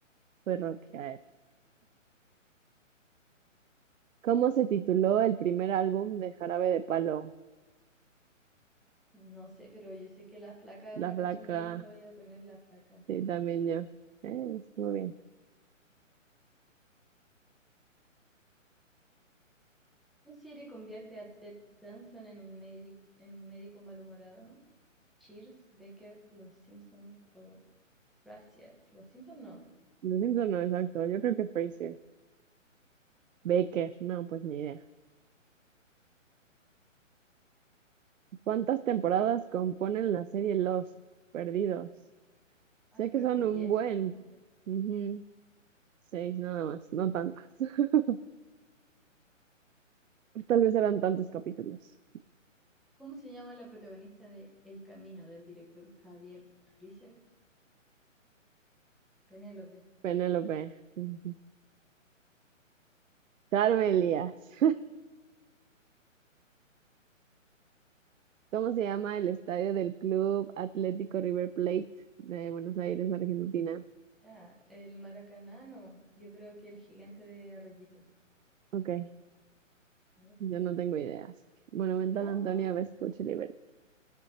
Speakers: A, on the right (about 75°); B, in the centre.
A: Fue rockear.
B: Ok.
A: ¿Cómo se tituló el primer álbum de Jarabe de Palo?
B: No sé, pero yo sé que La Flaca
A: La
B: es una
A: Flaca,
B: canción de ellos, le voy a poner La Flaca.
A: sí, también yo. Eh, estuvo bien.
B: ¿Qué serie convierte a Ted Danson en un médico, en un médico malhumorado? Cheers, Becker, Los Simpsons o Frasier. Los Simpsons no.
A: Lo siento, no exacto. Yo creo que Fraser. Baker, no, pues ni idea. ¿Cuántas temporadas componen la serie Lost? Perdidos.
B: Ah,
A: Sé
B: creo
A: que son
B: que diez.
A: un buen.
B: eran muchas.
A: Ujú, Seis nada más, no tantas. <laughs> Tal vez eran tantos capítulos.
B: ¿Cómo se llama la protagonista de El Camino del director Javier Freezer? Penélope.
A: Penélope. ujú. Carmen
B: Oh.
A: Elías.
B: <laughs>
A: ¿Cómo se llama el estadio del Club Atlético River Plate de Buenos Aires, Argentina?
B: Ah, el Maracaná, no. Yo creo que el gigante de Arroyito.
A: Ok,
B: A ver.
A: yo no tengo ideas. Monumental
B: No,
A: Antonio Vespucci Liberty.